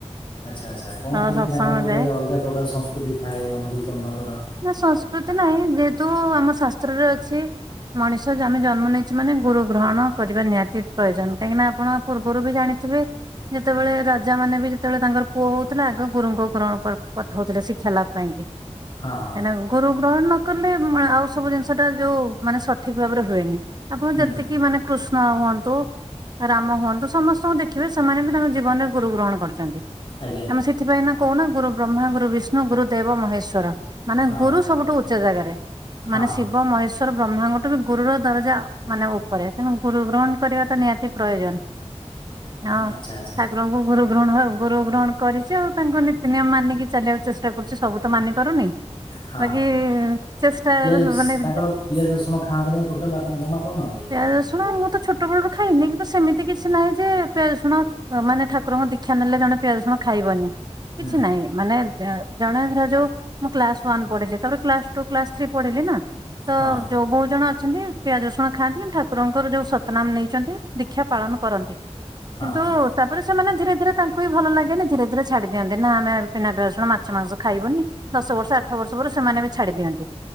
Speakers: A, on the left; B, on the right.
A: ଆଚ୍ଛା ଆଚ୍ଛା କଣ
B: ତ
A: କେମିତି
B: ସତ୍ସଙ୍ଗ
A: ତାଙ୍କର ଗୋଟେ
B: ଯାଏ
A: ଅଲଗା ପ୍ରକାର ସଂସ୍କୃତି ଥାଏ ଅନୁଗୁଳ ଚନ୍ଦ୍ରଙ୍କର?
B: ନା ସଂସ୍କୃତି ନାହିଁ ଯେହେତୁ ଆମ ଶାସ୍ତ୍ରରେ ଅଛି ମଣିଷ ଜାମେ ଜନ୍ମ ନେଇଛ ମାନେ ଗୁରୁ ଗ୍ରହଣ କରିବା ନିହାତି ପ୍ରଏଜନ୍ କାହିଁକିନା ଆପଣ ପୂର୍ ବୁରୁ ବି ଜାଣିଥିବେ। ଯେତେବେଳେ ରାଜା ମାନେ ବି ଯେତେବେଳେ ତାଙ୍କର ପୁଅ ହଉଥିଲା ଆଗ ଗୁରୁଙ୍କୁ ଗ୍ରହଣ ପାଇଁ ପଠଉଥିଲେ ଶିକ୍ଷା ଲାଭ ପାଇଁ କି।
A: ହଁ ହଁ
B: ଏନାଗୁ ଗୁରୁ ଗ୍ରହଣ ନକଲେ ମା ଆଉ ସବୁ ଜିନିଷଟା ଯୋଉ ମାନେ ସଠିକ୍ ଭାବରେ ହୁଏନି। ଆପଣ
A: ହୁଁ
B: ଯେତିକି ମାନେ କୃଷ୍ଣ ହୁଅନ୍ତୁ ରାମ ହୁଅନ୍ତୁ ଶ୍ ସମସ୍ତଙ୍କୁ ଦେଖିବେ ସେମାନେ ବି ତାଙ୍କ ଜୀବନରେ ଗୁରୁ ଗ୍ରହଣ କରଛନ୍ତି।
A: ଆଜ୍ଞା।
B: ଆମ ସେଥି ପାଇଁ ନା କହୁନା ଗୁରୁ ବ୍ରହ୍ମା ଗୁ ରୁ ବିଷ୍ଣୁ ଗୁରୁ ଦେବ ମହେଶ୍ଵର ମାନେ
A: ହଁ
B: ଗୁରୁ ସବୁଠୁ ଉଚ୍ଚ ଜାଗାରେ।
A: ହଁ
B: ମାନେ
A: ହଁ
B: ଶିବ ମହେଶ୍ ତାର ବ୍ରହ୍ମାଙ୍କ ଠାରୁ ଗୁରୁର ଦରଜା ମାନେ ଉପରେ ତେଣୁ ଗୁରୁ ଗ୍ରହଣ କରିବା ତ ନିହାତି ପ୍ରୟୋଜନ। ହଁ
A: ଆଚ୍ଛା ଆଚ୍ଛା
B: ଠାକୁ ରଙ୍କୁ ଗୁରୁ ଗ୍ରହଣ ଆଉ ଗୁରୁ ଗ୍ରହଣ କରିଛି ଆଉ ତାଙ୍କୁ ନୀତି ନିିୟମ ମାନିକି ଚାଲିବାକୁ ଚେଷ୍ଟା କରୁଛି ସବୁ ତ ମାନି ପାରୁନି।
A: ହଁ
B: ବାକି ଚେଷ୍ଟା
A: ପିଆଜ
B: ମାନେ
A: ତାଙ୍କର ପିଆଜ ରସୁଣ ଖାଆନ୍ତିନି ବା ଟୋଟାଲ ଆପଣ ଜମା ଖାଉନାହାନ୍ତି?
B: ପିଆଜ ରସୁଣ ମୁଁ ତ ଛୋଟ ବେଳୁରୁ ଖାଇନି କିନ୍ତୁ ସେମିତି କି କିଛି ନାହିଁ ଯେ ପିଆଜ ରସୁଣ ଅ ମାନେ ଠାକୁରଙ୍କ ଦୀକ୍ଷା ନେଲେ ଜଣେ ପିଆଜ ରସୁଣ ଖାଇବନି।
A: ହୁଁ
B: କିଛି ନାହିଁ ମାନେ ଯାହା ଜଣେ ଧରା ଯୋଉ ମୁଁ କ୍ଲାସ ୱାନ ପଢିଲି ତାପରେ କ୍ଲାସ ଟୁ, କ୍ଲାସ୍ ଥ୍ରୀ ପଢିଲି ନା। ତ
A: ହଁ
B: ଯୋଉ ବହୁତ ଜଣ ଅଛନ୍ତି। ପିଆଜ ରସୁଣ ଖାଆନ୍ତି କିନ୍ତୁ ଠାକୁରଙ୍କର ଯୋଉ ସତନାମ ନେଇଛନ୍ତି ଦୀକ୍ଷା ପାଳନ କରନ୍ତି
A: ହଁ
B: କିନ୍ତୁ।
A: ହଁ
B: ତାପରେ ସେମାନେ ଧୀରେ ଧୀରେ ତାଙ୍କୁ ବି ଭଲ ଲାଗେନି ଧୀରେ ଧୀରେ ଛାଡି ଦିଅନ୍ତି ନା ଆମେ। ବିନା ପିଆଜ ରସୁଣ ମାଛ, ମାଂସ ଖାଇବନି ଦଶ ବର୍ଷ, ଆଠ ବର୍ଷ ପରେ ସେମାନେ ବି ଛାଡି ଦିଅନ୍ତି।